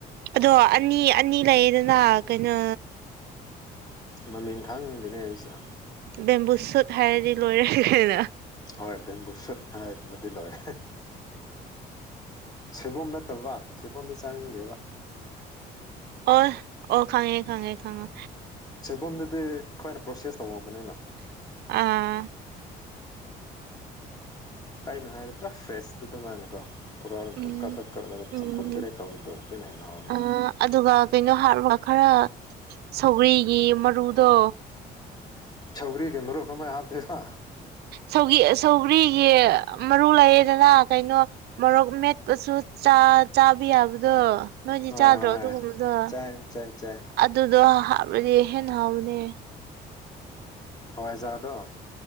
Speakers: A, on the right; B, on the left.
A: ꯑꯗꯣ ꯑꯅꯤ ꯑꯅꯤ ꯂꯩꯌꯦꯗꯅ ꯀꯩꯅꯣ
B: ꯃꯃꯤꯡ ꯈꯥꯡꯗꯅꯦ ꯑꯩꯁꯨ
A: ꯕꯦꯝꯕꯨ ꯁꯨꯠ ꯍꯥꯏꯔꯗꯤ ꯂꯣꯏꯔꯈꯦꯅ
B: ꯍꯣꯏ ꯕꯦꯝꯕꯨ ꯁꯨꯠ ꯍꯥꯏꯃꯗꯤ ꯂꯣꯏꯔꯦ ꯁꯦꯕꯣꯝ ꯅꯠꯇꯕ ꯁꯦꯕꯣꯝꯗꯤ ꯆꯥꯅꯤꯡꯒꯦꯕ
A: ꯑꯣ ꯑꯣ ꯈꯪꯉꯦ ꯈꯉꯦ ꯈꯥꯉ
B: ꯁꯣꯏꯕꯨꯝꯗꯨꯗꯤ ꯑꯩꯈꯣꯏꯅ ꯄ꯭ꯔꯣꯁꯦꯁ ꯇꯧꯝꯕꯅꯤꯅ
A: ꯑꯥ
B: ꯀꯩꯅꯣ ꯍꯥꯏꯔꯗꯤ ꯄꯨꯔꯥ ꯐ꯭ꯔꯦꯁꯇꯨ ꯑꯗꯨꯃꯅꯀꯣ ꯄꯨꯔꯥꯥꯟ
A: ꯎꯝ
B: ꯀꯛꯈꯠ ꯀꯛꯀꯠꯂꯒ
A: ꯎꯝ
B: ꯆꯝꯐꯨꯠ ꯗ꯭ꯔꯦ ꯇꯧꯕꯗꯣ ꯑꯗꯨꯅ ꯍꯦꯟꯅ ꯍꯥꯎꯕꯅꯦ
A: ꯑꯥ ꯑꯗꯨꯒ ꯀꯩꯅꯣ ꯍꯥꯞꯔꯒ ꯈꯔ ꯁꯧꯒꯔꯤꯒꯤ ꯃꯔꯨꯗꯣ
B: ꯆꯧꯒꯔꯤ ꯀ ꯃꯔꯨ ꯀ ꯑꯃ ꯍꯥꯗꯁ
A: ꯁ ꯁꯧꯒ꯭ꯔꯤꯒꯤ ꯃꯔꯨ ꯂꯩꯌꯦꯦꯗꯅ ꯀꯩꯅꯣ ꯃꯣꯔꯣꯛ ꯃꯦꯠꯄꯁꯨ ꯆꯥꯕ ꯌꯥꯕꯗꯣ ꯅꯣꯏꯗꯤ
B: ꯍꯣꯏ
A: ꯆꯥꯗ꯭ꯔꯣ
B: ꯍꯣꯏ
A: ꯑꯗꯨꯒꯨꯝꯕꯗꯣ
B: ꯆꯥꯏ ꯆꯥꯏ ꯆꯥꯏ
A: ꯑꯗꯨꯗꯣ ꯍꯥꯕꯗꯤ ꯍꯦꯅ ꯍꯕꯅꯦ
B: ꯍꯋꯥꯏꯖꯋꯥꯔꯗ